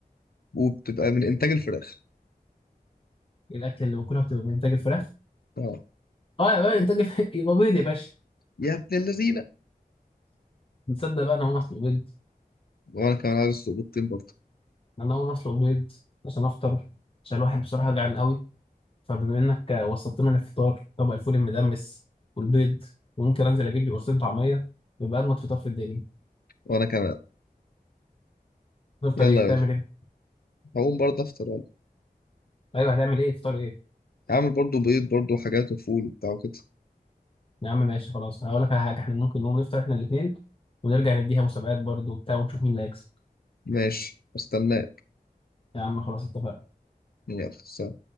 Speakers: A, on the left; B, on the left.
A: وبتبقى من إنتاج الفراخ؟
B: الاكل اللي باكلها بتبقى من انتاج الفراخ
A: أه
B: اه يا باشا انتاج الفراخ <laughs> يبقى بيض يا باشا
A: يا ابن اللذينة
B: تصدق بقى انا هقوم اطلب بيض
A: وأنا كمان عايز أسلق بيضتين برضه
B: انا هقوم اطلب بيض عشان افطر عشان الواحد بصراحه جعان قوي فبما انك وصلتنا للفطار طبق الفول المدمس والبيض وممكن انزل اجيب لي قرصين طعميه يبقى اجمد فطار في الدنيا
A: وأنا كمان
B: تفطر
A: يلا
B: ايه
A: يا
B: هتعمل
A: باشا
B: ايه
A: هقوم برضه أفطر يلا
B: ايوه هتعمل ايه فطار ايه
A: عامل برضه بيض برضه وحاجات وفول وبتاع وكده
B: يا عم ماشي خلاص هقول لك على حاجه احنا ممكن نقوم نفطر احنا الاثنين ونرجع نديها مسابقات برضو وبتاع ونشوف مين اللي هيكسب
A: ماشي استناك
B: يا عم خلاص اتفقنا
A: يلا سلام.